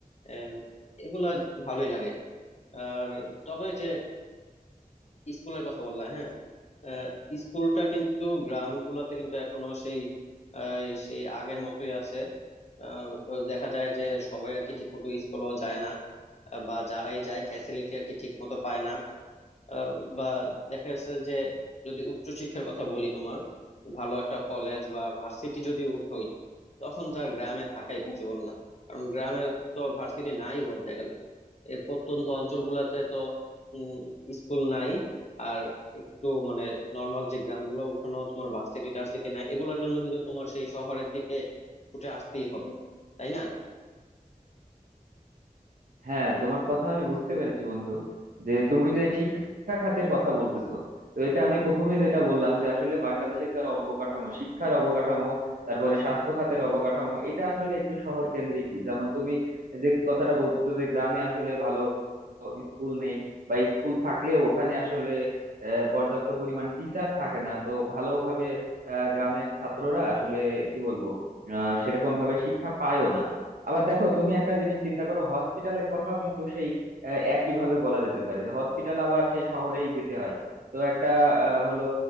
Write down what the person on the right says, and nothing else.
হ্যাঁ তোমার কথা আমি বুঝতে পেরেছি বন্ধু যে তুমি যে শিক্ষা খাতের কথা বলতেছো তো এটা আমি প্রথমে যেটা বললাম যে আসলে বাংলাদেশের যে অবকাঠামো শিক্ষার অবকাঠামো তারপরে স্বাস্থ্য খাতের অবকাঠামো এটা আসলে একটু শহর কেন্দ্রিকই যেমন তুমি যে কথাটা বলতেছো যে গ্রামে আসলে ভালো স্কুল নেই বা স্কুল থাকলেও ওখানে আসলে আহ, পর্যাপ্ত পরিমাণ টিচার থাকে না তো ভালোভাবে আহ, গ্রামের ছাত্ররা আসলে কি বলবো আহ সেরকম ভাবে শিক্ষা পায়ও না আবার দেখো তুমি একটা জিনিস চিন্তা করো হসপিটালের কথাও কিন্তু সেই আহ, একইভাবে বলা যেতে পারে যে হসপিটাল আবার সেই শহরেই যেতে হয় তো একটা আহ, হলো